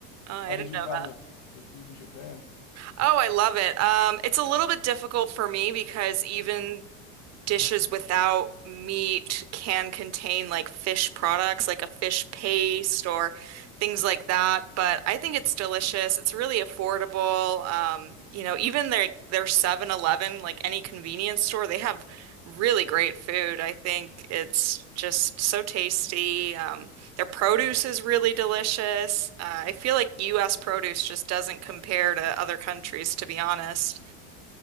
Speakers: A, on the right; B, on the left.
A: Oh, I
B: How did
A: didn't
B: you
A: know
B: find
A: that.
B: the the food in Japan?
A: Oh, I love it. Um, it's a little bit difficult for me because even dishes without meat can contain like fish products, like a fish paste or things like that. But I think it's delicious. It's really affordable. Um, you know, even their their Seven Eleven, like any convenience store, they have really great food. I think it's just so tasty. Um, their produce is really delicious. Uh, I feel like U.S. produce just doesn't compare to other countries, to be honest.